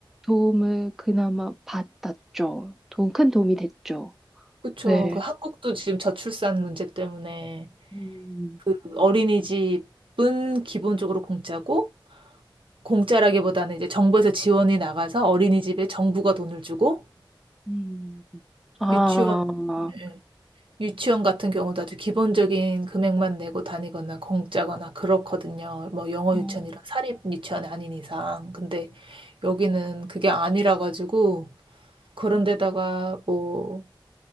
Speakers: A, in the centre; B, on the right.
A: 도움을 그나마 받았죠. 돈, 큰 도움이 됐죠.
B: 그쵸.
A: 네.
B: 그 한국도 지금 저출산 문제 때문에
A: 음,
B: 그 어린이집은 기본적으로 공짜고 공짜라기보다는 이제 정부에서 지원이 나가서 어린이집에 정부가 돈을 주고
A: 음. 아,
B: 유치원 네. 유치원 같은 경우도 아주 기본적인 금액만 내고 다니거나 공짜거나 그렇거든요. 뭐 영어
A: 음,
B: 유치원이라 사립 유치원이 아닌 이상. 근데 여기는 그게 아니라 가지고 그런 데다가 뭐